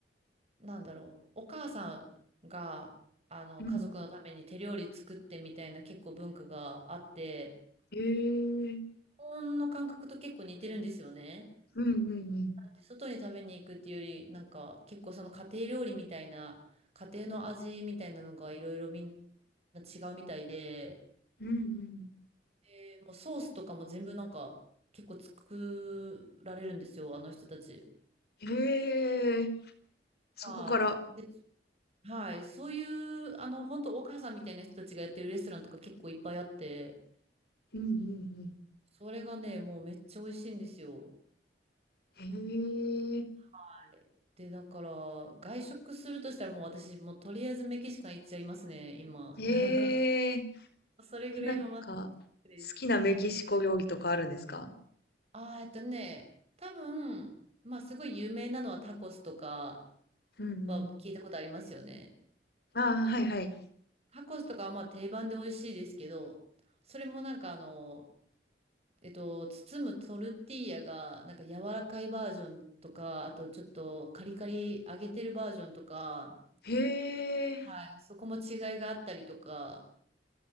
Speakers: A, on the right; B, on the left.
A: なんだろう、お母さんが、あの、
B: うん。
A: 家族のために手料理作ってみたいな結構文化があって、
B: へえ。
A: 日本の感覚と結構似てるんですよね。
B: うんうんうん。
A: なんで外に食べに行くっていうより、なんか結構その家庭料理みたいな、家庭の味みたいなのがいろいろみんな違うみたいで、
B: うん
A: でもうソースとかも全部なんか結構作られるんですよ、あの人たち。
B: うん。へえ。
A: はい。
B: そこから。
A: で、はい。そういう、あの、本当お母さんみたいな人たちがやってるレストランとか結構いっぱいあって、
B: うんうん
A: それがね、もうめっちゃ美味しいんですよ。
B: うん。
A: はい。で、だから、外食するとしたらもう私、もうとりあえずメキシカン行っちゃいますね、今。
B: へえ。
A: <laughs>
B: へえ。
A: それぐらいハマっ
B: なんか、好
A: です。
B: きなメキシコ料理とかあるんですか
A: あー、えっとね、多分、まあすごい有名なのはタコスとか
B: うんうん。
A: は聞いたことありますよね。
B: ああ、はいはい。
A: タコスとかはまあ定番で美味しいですけど、それもなんかあの、えっと、包むトルティーヤがなんか柔らかいバージョンとか、あとちょっとカリカリ揚げてるバージョンとか、
B: へえ。
A: はい、そこも違いがあったりとか、